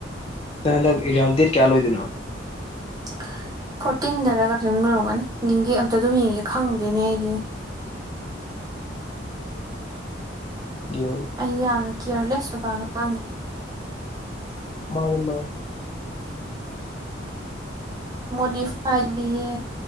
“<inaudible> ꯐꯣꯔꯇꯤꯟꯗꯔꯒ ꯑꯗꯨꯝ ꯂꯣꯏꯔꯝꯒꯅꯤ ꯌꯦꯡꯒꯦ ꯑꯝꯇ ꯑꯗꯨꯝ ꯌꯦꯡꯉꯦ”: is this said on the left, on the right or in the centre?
Right